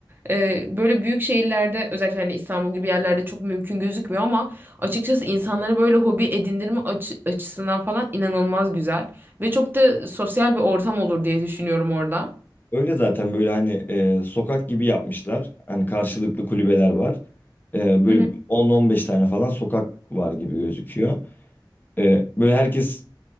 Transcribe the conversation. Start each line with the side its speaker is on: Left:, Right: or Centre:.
Right: Ee, böyle büyük şehirlerde özellikle hani İstanbul gibi yerlerde çok mümkün gözükmüyor ama açıkçası insanlara böyle hobi edindirme açı- açısından falan inanılmaz güzel ve çok da sosyal bir ortam olur diye düşünüyorum orada.
Left: Öyle zaten böyle hani e, sokak gibi yapmışlar. Hani karşılıklı kulübeler var. E, böyle
Right: Hı hı.
Left: bir 10-15 tane falan sokak var gibi gözüküyor. E, böyle herkes